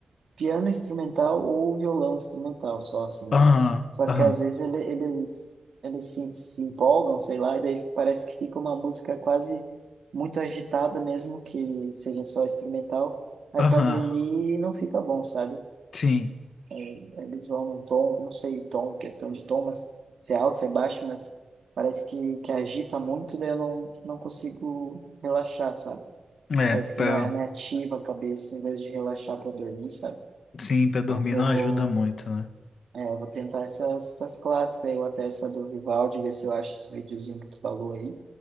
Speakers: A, on the right; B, on the left.
A: piano instrumental ou violão instrumental, só assim,
B: Aham,
A: né? Só
B: aham,
A: que às vezes ele- eles, eles se, se empolgam, sei lá, e daí parece que fica uma música quase muito agitada, mesmo que seja só instrumental. Aí
B: aham.
A: para dormir não fica bom, sabe?
B: Sim.
A: É, eles vão num tom, não sei, tom, questão de tom, mas se é alto, se é baixo, mas parece que, que agita muito, daí eu não, não consigo relaxar, sabe?
B: É,
A: Parece que
B: pra,
A: me, me ativa a cabeça em vez de relaxar para dormir, sabe?
B: sim, pra dormir
A: Mas eu
B: não
A: vou.
B: ajuda muito, né?
A: É, eu vou tentar essas, essas clássicas, eu até essa do Vivaldi, ver se eu acho esse videozinho que tu falou aí,